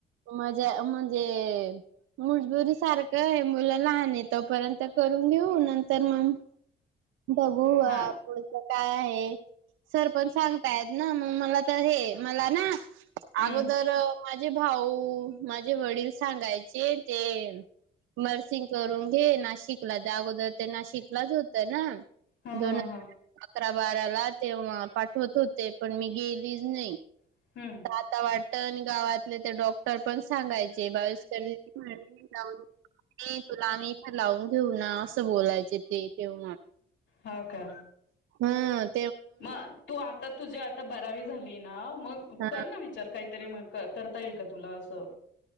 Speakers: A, on the right; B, on the left.
A: म ज म्हणजे मजबुरी सारखं का मुलं लहान य तोपर्यंत करून घेऊ नंतर मग. बघू
B: हा
A: पुढचं काय आहे. सरपंच सांगताय ना म मला तर हे मला ना!
B: हम्म
A: अगोदर मा माझे भाऊ माझे वडील सांगायचे ते, मर्सिंग करून घे, नाशिकला अगोदर ते नाशिकलाच होतं ना!
B: हा
A: दोन
B: हा
A: हजार
B: हा.
A: अकरा बाराला तेव्हा पाठवत होते पण मी गेलीच नाही.
B: हम्म
A: आता वाटत आणि गावातले ते डॉक्टर पण सांगायचे बावीस क <inaudible> नाही तुला आम्ही इथं लावून घेऊ ना असं बोलायचे ते तेव्हा,
B: हो का!
A: हां.
B: मग तू आता तुझी आता बारावी झाली आहे ना! हा मग
A: हा
B: कर ना विचार काहीतरी मग करता येईल का तुला असं.